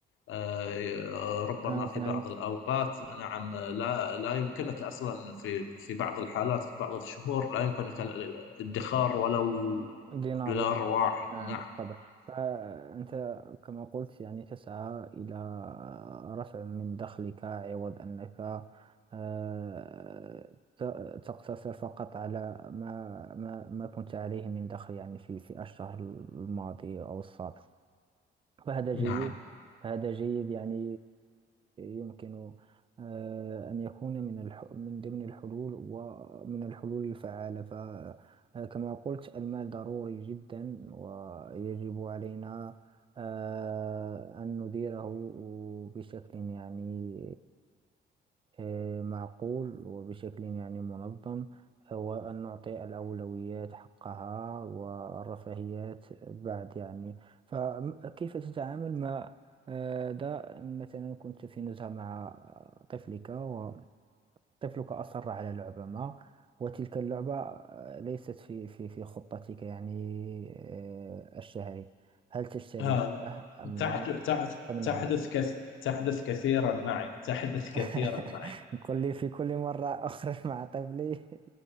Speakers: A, on the left; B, on the right.
A: آه، ربما
B: آه،
A: في
B: فهمت
A: بعض الأوقات نعم لا لا يمكنك أصلا في في بعض الحالات في بعض الشهور لا يمكنك الادخار ولو
B: دينار
A: دولار واحد
B: نعم
A: نعم
B: بالطبع فأنت كما قلت يعني تسعى إلى رفع من دخلك عوض أنك آه، ت- تقتصر فقط على ما ما ما كنت عليه من دخل يعني في في الشهر الماضي أو السابق فهذا
A: نعم
B: جيد فهذا جيد يعني يمكن آه، أن يكون من الح... من ضمن الحلول ومن الحلول الفعالة فكما قلت المال ضروري جدا ويجب علينا آه، أن نديره بشكل يعني آه، معقول وبشكل يعني منظم وأن نعطي الأولويات حقها والرفاهيات بعد يعني فكيف تتعامل مع آه، ده مثلا كنت في نزهة مع طفلك وطفلك أصر على لعبة ما وتلك اللعبة آه، ليست في في في خطتك يعني آه، الشهري هل تشتريها
A: هذا
B: أم
A: تحدث
B: لا
A: تحدث
B: تمنعه
A: تحدث كث... تحدث كثيرا معي تحدث كثيرا
B: <laughs>
A: معي
B: كل في كل مرة أخرج <laughs> مع طفلي